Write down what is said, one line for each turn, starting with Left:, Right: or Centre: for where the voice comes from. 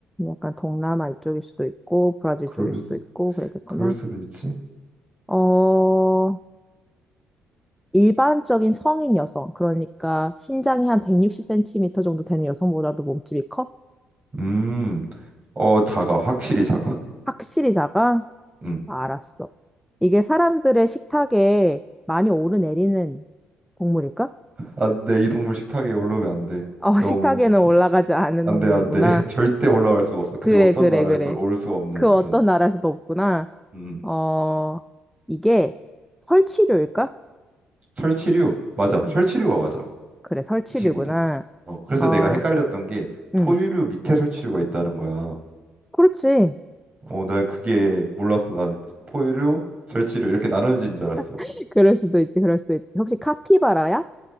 Centre: 약간 동남아 이쪽일 수도 있고 브라질
Right: 그럴
Centre: 쪽일 수도
Right: 수-
Centre: 있고 그랬겠구나.
Right: 그럴 수도 있지.
Centre: 어, 일반적인 성인 여성, 그러니까 신장이 한 160cm 정도 되는 여성보다도 몸집이 커?
Right: 음, 어 작아 확실히 작아.
Centre: 확실히 작아?
Right: 음,
Centre: 알았어. 이게 사람들의 식탁에 많이 오르내리는 동물일까?
Right: 안돼 이 동물 식탁에 올라오면 안 돼.
Centre: 어,
Right: 너무
Centre: <laughs> 식탁에는 올라가지 않는
Right: 안돼
Centre: 동물이구나.
Right: 안 돼. <laughs> 절대 올라갈 수가 없어. 그
Centre: 그래,
Right: 어떤
Centre: 그래,
Right: 나라에서
Centre: 그래.
Right: 올 수가 없는
Centre: 그
Right: 그런
Centre: 어떤 나라에서도 없구나.
Right: 음
Centre: 어, 이게 설치류일까?
Right: 설치류 맞아 설치류가
Centre: 음,
Right: 맞아.
Centre: 그래, 설치류구나.
Right: 이 친구들. 어, 그래서
Centre: 어,
Right: 내가 헷갈렸던 게 포유류
Centre: 음,
Right: 밑에 설치류가 있다는 거야.
Centre: 그렇지.
Right: 어, 나 그게 몰랐어. 난 포유류, 설치류 이렇게 나눠진 줄 알았어.
Centre: <laughs> 그럴 수도 있지, 그럴 수도 있지. 혹시 카피바라야?